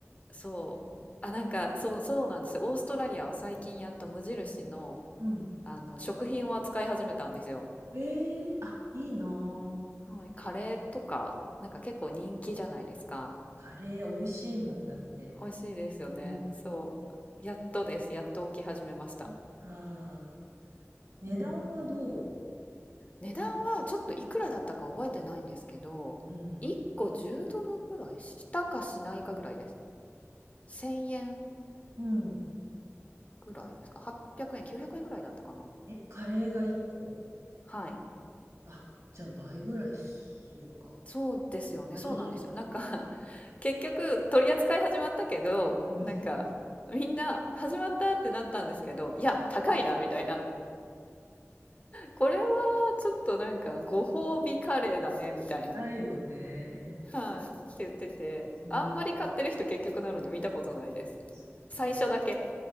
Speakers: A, on the left; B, on the right.
A: そう。あ、なんかそうそうなんですよ。オーストラリアは最近やっと無印の、
B: うん。
A: あの食品を扱い始めたんですよ。
B: ええあ、いいなあ。
A: はい、カレーとかなんか結構人気じゃないですか。
B: カレー美味しいもんだって。
A: 美味しいですよね。
B: うん。
A: そう。やっとです。やっと起き始めました。
B: そっか。値段はどう
A: うん値段はちょっといくらだったか覚えてないんですけど、
B: うん。
A: 1個10ドルぐらいしたかしないかぐらいです。1000円
B: うん。
A: ぐらいですか ?800 円、900円ぐらいだったかな
B: え、カレーが1個
A: はい。
B: あ、じゃあ倍ぐらいするか。
A: そうですよね。
B: 倍以上だ
A: そうなんですよ。なんか <laughs> 結局取り扱い始まったけど、
B: うん
A: なんかみんな始まったってなったんですけど、いや、高いな、みたいな。これはちょっとなんかご褒美カレーだね、みたいな。
B: ないよね。
A: はい。って言ってて、
B: うん。
A: あんまり買ってる人結局なので見たことないです。
B: そっか。
A: 最初だけ。